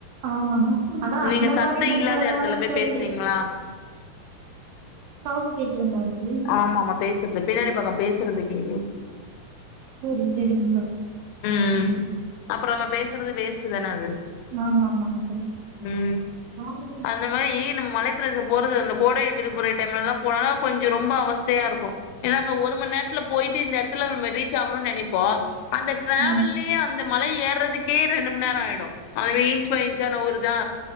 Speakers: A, on the right (about 80°); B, on the left (about 80°).
A: ஆமாங்க ஆனா
B: நீங்க
A: அந்த
B: சத்த
A: மாரி டைம்ல
B: இல்லாத எடத்துல
A: தானேங்க
B: போய்
A: தோழி
B: பேசுறீங்களா
A: சவுண்ட் கேக்குதுங்களா தோழி
B: ஆமா ஆமா பேசுறது பின்னாடி பக்கோ பேசுறது இப்பயுமே
A: சோரி சேரிங்
B: ம் அப்றோ நம்ம பேசுறது வேஸ்ட்டு தான அது
A: ஆமா ஆமாங்க
B: ம்
A: தோழி <unintelligible>
B: அந்த மாரி நம்ம மலைப்பிரதேசம் போறது அந்த கோ கோடை விடுமுறை டைம்ல எல்லா போனன்னா கொஞ்சம் ரொம்ப அவஸ்த்தையாருக்கும் ஏன்னா அந்த ஒரு மணி நேரத்துல போயிட்டு இந்த எடத்துல நம்ப ரீச் ஆகணும்னு நெனைப்போம் அந்த டிராவல்லயே
A: ம்
B: அந்த மலை ஏறதுக்கே ரெண்டு மண் நே ரோ ஆயிடும் அதுவே இன்ச் பை இன்சா நவுருதா